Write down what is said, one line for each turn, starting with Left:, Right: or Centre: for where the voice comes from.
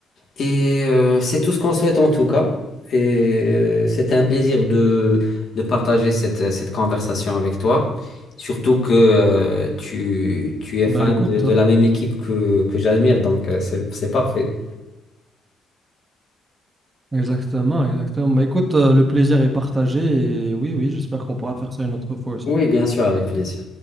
Left: Et euh, c'est tout ce qu'on souhaite en tout cas. Et euh, c'était un plaisir de, de partager cette, cette conversation avec toi. Surtout que euh, tu, tu es fan
Right: Bah écoute,
Left: de, de la même équipe que, que j'admire, donc euh, c'est c'est parfait.
Right: Exactement, exactement. Bah, écoute, euh, le plaisir est partagé et oui, oui, j'espère qu'on pourra faire ça une autre fois aussi.
Left: Oui, bien sûr, avec plaisir.